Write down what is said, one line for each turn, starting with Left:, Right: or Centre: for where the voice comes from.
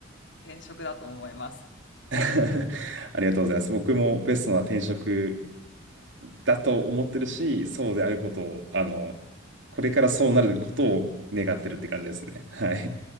Left: 転職だと思います。
Right: <laughs> ありがとうございます。僕もベストな転職だと思ってるし、そうであることを、あの、これからそうなることを願ってるって感じですね。はい。